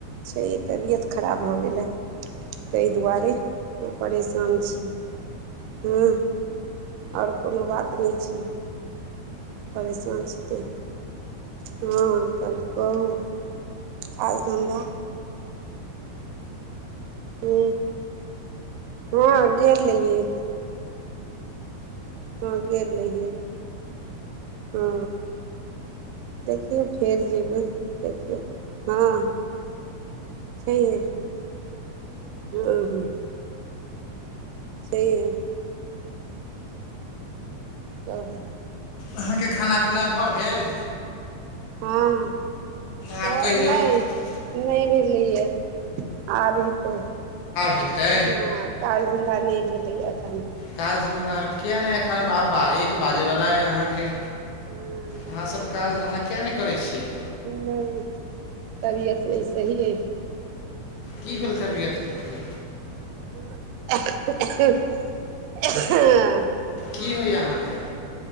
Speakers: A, on the right (about 85°); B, on the left (about 70°).
A: छै ई तबियत खराब भऽ गेलै तय दुआरे ह परेशान छी हँ ओर कोनो बात नय छै परेशान छि तैं हँ तहन कहु काज धन्धा हु हँ गेल रहियै हँ गेल रहियै हँ देखियौ फेर जेबै देखियौ हँ छैइहे <unintelligible> छयहे कहु
B: अहाँके खाना पीना भऽ गेल
A: हँ
B: आब
A: नय
B: कहियौ आब
A: नय भेलैए आब हेतै हँ
B: हेतै
A: काज धन्धा नय भेलैया एखन
B: काज धन्धा किए नय एखन बा बा एक बाजयवला अइ अहाँके
A: हँ
B: अहाँसभ काज धंधा किएक नय करै छियै
A: नय तबियत नय सहिये
B: की भेल तबियत के
A: ह <inaudible>
B: की होइए अहाँके